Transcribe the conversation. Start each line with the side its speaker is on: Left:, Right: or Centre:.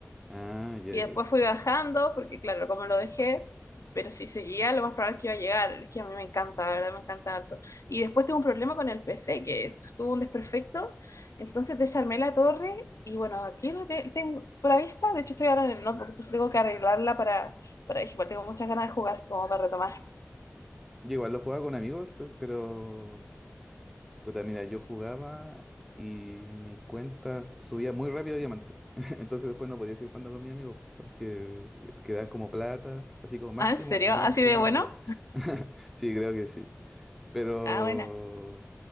Centre: Ah, ya,
Left: Y
Centre: ya,
Left: después
Centre: ya.
Left: fui bajando, porque claro, como lo dejé, pero si seguía, lo más probable es que iba a llegar. Es que a mí me encanta, la verdad, me encanta harto. Y después tuve un problema con el PC, que estuvo un desperfecto, entonces desarmé la torre, y bueno, aquí lo te- tengo, por ahí está, de hecho estoy ahora en el notebook, entonces tengo que arreglarla para, para, igual tengo muchas ganas de jugar, como para retomar.
Centre: Yo igual lo jugaba con amigos, entonces, pero. Puta, mira, yo jugaba y mi cuenta subía muy rápido a diamante. <laughs> Entonces después no podía seguir jugando con mi amigo porque quedaban como plata, así como máximo,
Left: Ah, ¿en serio?
Centre: máximo
Left: ¿Así de bueno?
Centre: oro. <laughs> Sí, creo que sí. Pero
Left: Ah, buena.